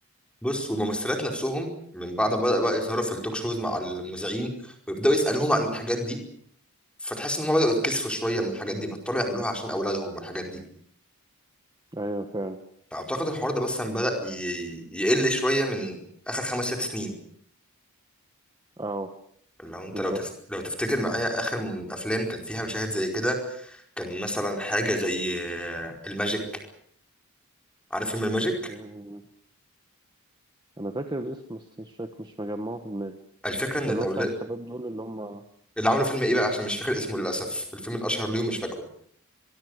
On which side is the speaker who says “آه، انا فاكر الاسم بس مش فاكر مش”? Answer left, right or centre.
Right